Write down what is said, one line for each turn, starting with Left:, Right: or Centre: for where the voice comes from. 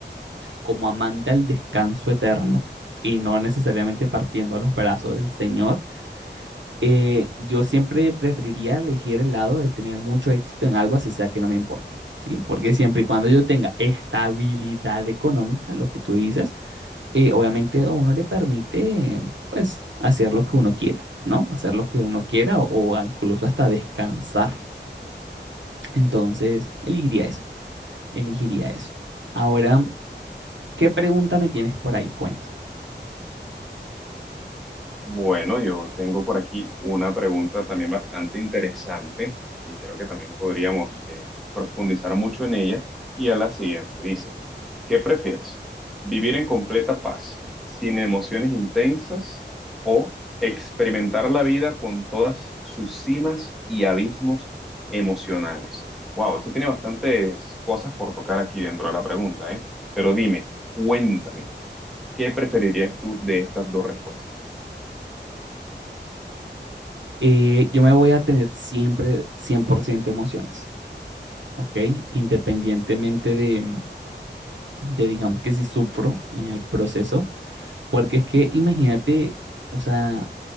Right: como amante al descanso eterno y no necesariamente partiendo a los brazos del Señor, eh, yo siempre preferiría elegir el lado de tener mucho éxito en algo, así sea que no me importe, ¿sí? Porque siempre y cuando yo tenga estabilidad económica, lo que tú dices, eh, obviamente a uno le permite, pues, hacer lo que uno quiera, ¿no? Hacer lo que uno quiera o, o incluso hasta descansar. Entonces, elegiría eso, elegiría eso. Ahora, ¿qué pregunta me tienes por ahí? Cuéntame.
Centre: Bueno, yo tengo por aquí una pregunta también bastante interesante y creo que también podríamos eh, profundizar mucho en ella. Y a la siguiente, dice, ¿qué prefieres? ¿Vivir en completa paz, sin emociones intensas o experimentar la vida con todas sus cimas y abismos emocionales? Wow, esto tiene bastantes cosas por tocar aquí dentro de la pregunta, ¿eh? Pero dime, cuéntame, ¿qué preferirías tú de estas dos respuestas?
Right: Eh, yo me voy a tener siempre 100% emociones. ok, independientemente de, de, digamos que si sufro en el proceso, porque es que imagínate, o sea,